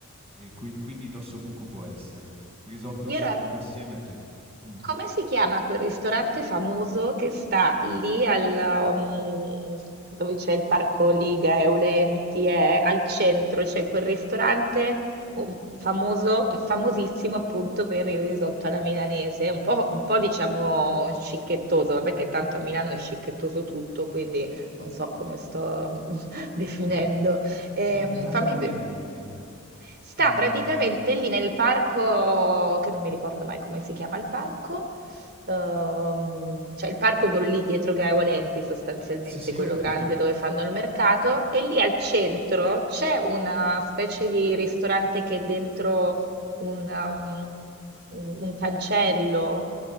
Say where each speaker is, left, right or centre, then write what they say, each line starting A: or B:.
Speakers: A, on the right; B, on the right.
A: e qui quindi l'ossobuco può essere. Risotto e ossobuco
B: Io
A: assieme sì. Mh.
B: come si chiama quel ristorante famoso che sta lì al, um, dove c'è il parco Liga Eulenti, eh, al centro, c'è quel ristorante um, famoso, famosissimo appunto per il risotto alla milanese, un po', un po' diciamo scicchettoso, vabbè che tanto a Milano è scicchettoso tutto, quindi non so come sto <laughs> definendo. Ehm,
A: Ingaeolenti.
B: fammi, pe- Sta
A: Mhmm,
B: praticamente lì nel parco, che non mi ricordo mai come si chiama il parco, ehm, cioè il parco quello lì dietro Gaia Volenti sostanzialmente,
A: sì, sì,
B: quello
A: ho capito.
B: grande dove fanno il mercato, e lì al centro c'è una specie di ristorante che è dentro un, um, un- un cancello.